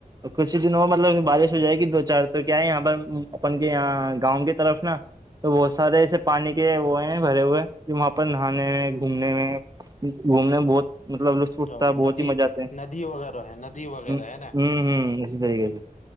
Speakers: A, on the right; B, on the left.
A: کچھ ہی دنوں مطلب بارش ہو جائے گی دو چار تو کیا ہے یہاں پر اپن کے یہاں گاؤں کی طرف نا تو بہت سارے ایسے پانی کے وہ ہیں بھرے ہوئے جو وہاں پر نہانے میں گھومنے میں گھومنے میں بہت مطلب لطف اٹھتا
B: اور
A: ہے بہت
B: ندی
A: ہی مزہ آتے ہیں
B: ندی وغیرہ ہے ندی وغیرہ
A: ہ
B: ہے نا
A: ہوں ہوں اسی طریقے سے